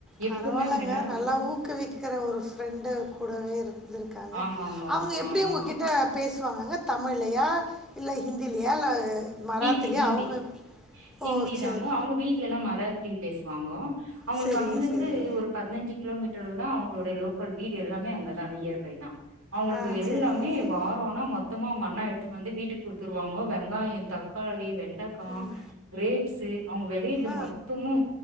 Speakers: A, in the centre; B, on the right (about 70°).
A: பரவால்லங்க
B: எப்பவுமே அவங்க என்ன
A: நல்லா ஊக்குவிக்கிற ஒரு ஃப்ரெண்டு கூடவே இருக் ருந்துருகாங்க
B: ஆமாங்க.
A: அவுங்க எப்படி
B: ஆமா.
A: உங்ககிட்ட பேசுவாங்கங்க தமிழ்லையா இல்ல ஹிந்திலயா இல்ல மராத்திலயா?
B: ஹிந்தி ஹிந்தி
A: அவங்க
B: ஹிந்தி
A: ஓ! சரி.
B: தாங்கோ அவுங்க வீட்டுல எல்லாம் மராத் தி பேசுவாங்கோ அவுங்களுக்கு
A: சரிங்க,
B: அங்கிருந்து
A: சரிங்க.
B: ஒரு பதினஞ்சு கிலோமீட்ட அவுங்களுடைய லோக்கல் வீ் எல்லாமே அங்கதான் நீயர்பை தா அவுங்களுக்கு
A: ஆ
B: எல்லாமே
A: சரிங்க, சரி.
B: வாரோன்னா மொத்தமா அவுங்க அண்ணா எடுத்துட் வந்து வீட்டுக் குடுத்து த்ருவாங்கோ வெங்காயோ தக் காளி வென் டக்க
A: ம்.
B: கிரேப்ஸு அவுங்க வேலையிறது
A: ஆ.
B: மொத்தமு